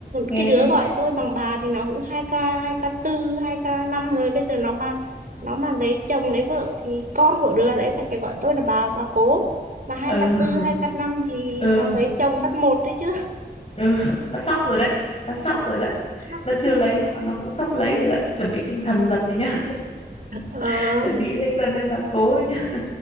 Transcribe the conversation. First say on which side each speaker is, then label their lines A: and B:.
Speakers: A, on the left; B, on the right.
A: nghe
B: cái đứa
A: đi
B: gọi tôi bằng bà thì nó cũng hai k hai k tư hai k năm rồi bây giờ nó mà nó mà lấy chồng lấy vợ thì con của đứa đấy phải phải gọi tôi là bà bà cố mà hai
A: ừ
B: k tư hai k năm thì
A: ừ
B: nó lấy chồng phát một đấy chứ
A: ừ nó sắp rồi đấy nó sắp
B: <laughs>
A: rồi đấy
B: chắc chắc
A: nó
B: rồi
A: chưa
B: chắc
A: lấy nhưng mà nó cũng sắp lấy rồi đấy chuẩn bị tinh thần dần đi nhá
B: ờ
A: <laughs> chuẩn bị tinh thần lên bà cố đi nhá